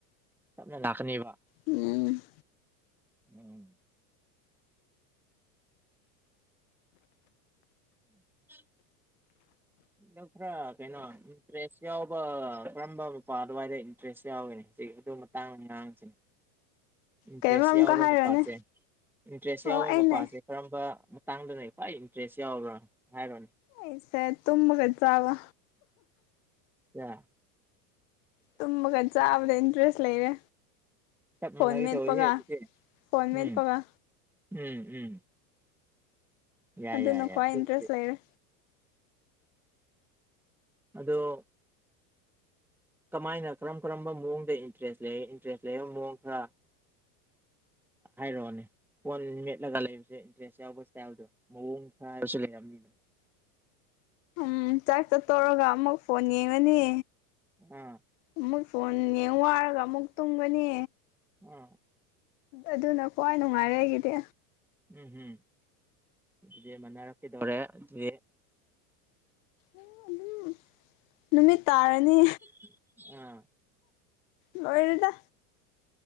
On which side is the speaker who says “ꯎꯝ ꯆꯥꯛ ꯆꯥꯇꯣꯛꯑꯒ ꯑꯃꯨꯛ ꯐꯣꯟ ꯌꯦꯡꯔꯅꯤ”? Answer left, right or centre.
Left